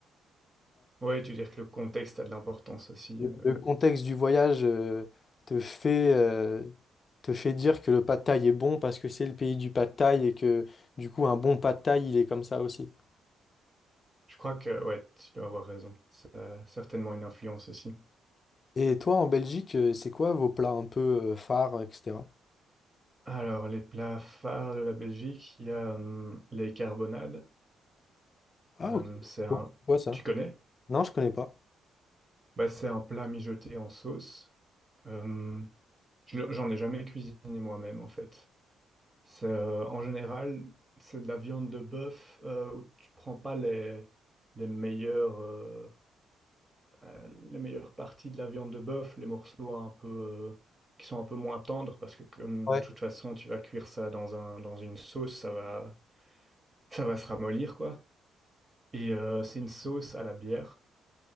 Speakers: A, on the right (about 20°); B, on the left (about 40°).
A: Ouais, tu dis que le contexte a de l'importance aussi.
B: Le
A: euh.
B: le contexte du voyage euh, te fait, euh, te fait dire que le pad thaï est bon parce que c'est le pays du pad thaï et que du coup un bon pad thaï il est comme ça aussi.
A: Je crois que, ouais, tu dois avoir raison. C'est euh, certainement une influence aussi.
B: Et toi en Belgique, euh, c'est quoi vos plats un peu euh, phares, etc.
A: Alors, les plats phares de la Belgique, il y a hum, les carbonades.
B: Ah
A: Hum,
B: ok, c'est
A: c'est un...
B: quoi c'est quoi ça?
A: Tu connais?
B: Non, je connais pas.
A: Bah, c'est un plat mijoté en sauce. Hum, je le- j'en ai jamais cuisiné moi-même, en fait. C'est, euh, en général, c'est de la viande de bœuf euh, où tu prends pas les, les meilleures, euh, euh, les meilleures parties de la viande de bœuf, les morceaux un peu, euh, qui sont un peu moins tendres, parce que comme
B: Ouais.
A: de toute façon, tu vas cuire ça dans un, dans une sauce, ça va, ça va se ramollir, quoi. Et euh, c'est une sauce à la bière